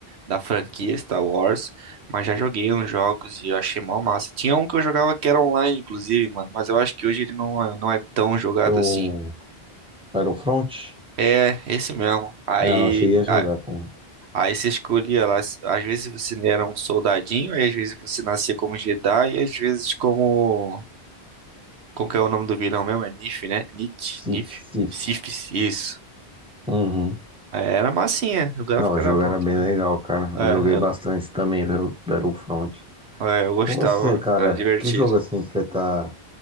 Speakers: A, on the right; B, in the centre.
A: da franquia Star Wars, mas já joguei uns jogos e eu achei mó massa. Tinha um que eu jogava que era online, inclusive, mano, mas eu acho que hoje ele não, é- não é tão jogado
B: Pro
A: assim.
B: Battlefront,
A: É, esse mesmo. Aí,
B: é, eu cheguei a jogar
A: a-
B: com
A: aí você escolhia lá, às vezes você era um soldadinho, aí às vezes você nascia como Jedi, e às vezes como... Como que é o nome do vilão mesmo? É Nif, né? Nit,
B: Sif,
A: Nif,
B: Sif.
A: Sif, isso.
B: Uhum.
A: É, era massinha, o gráfico
B: Não, o
A: era
B: jogo
A: bom
B: era bem
A: também.
B: legal, cara.
A: É,
B: Eu joguei bastante também pelo Battlefront.
A: eu, é, eu gostava,
B: E você, cara,
A: era divertido.
B: que jogo assim que você tá